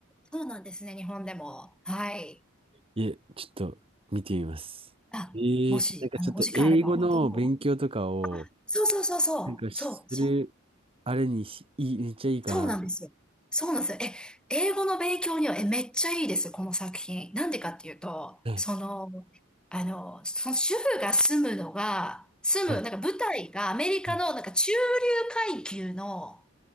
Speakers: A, in the centre; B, on the right.
A: そうなんですね、日本でも。はい。
B: いえ、ちょっと、見てみます。
A: あ、
B: ええなんかちょっと英語の勉強とかを、
A: もし、あの、お時間あれば、本当もう。そうそうそうそう。
B: なんかする、
A: そう。そ
B: あれにし、いい、めっちゃいいかな。
A: そうなんですよ。そうなんですよ。え、英語の勉強には、え、めっちゃいいです、この作品。なんでかっていうと、
B: はい、
A: その、あの、その主婦が住むのが、住む、
B: はい、
A: なんか舞台がアメリカのなんか中流
B: はい。
A: 階級の、